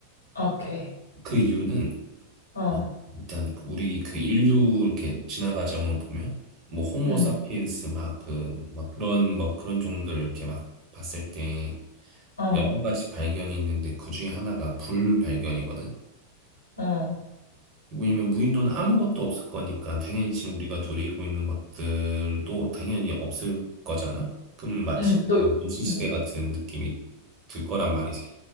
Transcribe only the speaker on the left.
오케이.
어,
응,
어,
어,
응,
너,
응,